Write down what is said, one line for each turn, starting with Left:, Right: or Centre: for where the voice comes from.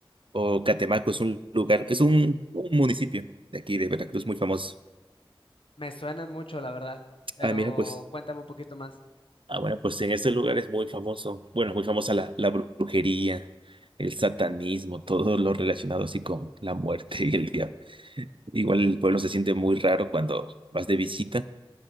Right: O Catemaco es un lugar, es un, un municipio de aquí de Veracruz muy famoso.
Left: Me suenan mucho, la verdad. Pero
Right: Ah, mira, pues.
Left: cuéntame un poquito más.
Right: Ah, bueno, pues en este lugar es muy famoso. Bueno, muy famosa la, la brujería, el satanismo, todo lo relacionado así con la muerte y el diablo. Igual el pueblo se siente muy raro cuando vas de visita,